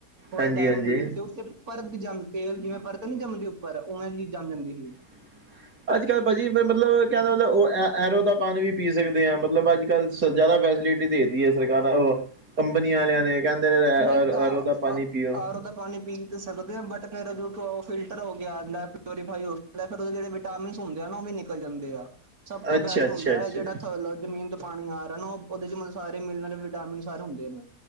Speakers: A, on the right; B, on the right.
A: ਥੋੜੇ
B: ਹਾਂਜੀ
A: ਟਾਈਮ
B: ਹਾਂਜੀ
A: ਲਈ ਤੇ ਉੱਤੇ ਪਰਤ ਜਮ ਤੇਲ ਜਿਵੇਂ ਪਰਤ ਨੀ ਜੰਮਦੀ ਉੱਪਰ, ਉਵੇਂ ਦੀ ਜੰਮ ਜਾਂਦੀ ਹੀ।
B: <inaudible> ਅੱਜ-ਕੱਲ੍ਹ ਭਾਜੀ ਮਤਲਬ ਕਹਿਣ ਦਾ ਮਤਲਬ ਉਹ ਐਝ ਐਰੋ ਦਾ ਪਾਣੀ ਵੀ ਪੀ ਸਕਦੇ ਆ, ਮਤਲਬ ਅੱਜ-ਕੱਲ ਤੇ ਜ਼ਿਆਦਾ ਫੈਸਿਲਿਟੀ ਦੇ ਤੀ ਐ, ਸਰਕਾਰ ਅ
A: <inaudible>
B: ਕੰਬਨੀ ਵਾਲਿਆਂ ਨੇ ਕਹਿੰਦੇ ਅਰ
A: ਨਹੀਂ
B: ਆਰੋ
A: ਅ
B: ਦਾ ਪਾਣੀ ਪੀਓ।
A: ਆਰੋ ਦਾ ਪਾਣੀ ਪੀ ਤੇ ਸਕਦੇ ਆਂ, ਬਟ ਫਿਰ ਉਹ ਫਿਲਟਰ ਹੋ ਕੇ ਆਂਦਾ ਪਿਓਰੀਫਾਈ ਹੋ ਕੇ ਆਂਦਾ ਫਿਰ ਉਹ ਜਿਹੜੇ ਵਿਟਾਮਿਨਸ ਹੁੰਦੇ ਆ ਨਾ, ਉਹ ਵੀ ਨਿਕਲ ਜਾਂਦੇ ਆ। ਸਭ ਤੋਂ
B: ਅੱਛਾ
A: ਬੈਸਟ
B: ਅੱਛਾ
A: ਹੁੰਦਾ
B: ਅੱਛਾ
A: ਜਿਹੜਾ ਥਲੋ ਲ ਜ਼ਮੀਨ ਤੋਂ ਪਾਣੀ ਆ ਰਿਹਾ, ਨਾ ਉਹਦੇ ਚ ਮਤ ਸਾਰੇ ਮਿਰਲਣ ਵਿਟਾਮਿਨ ਸਾਰੇ ਹੁੰਦੇ ਨੇ।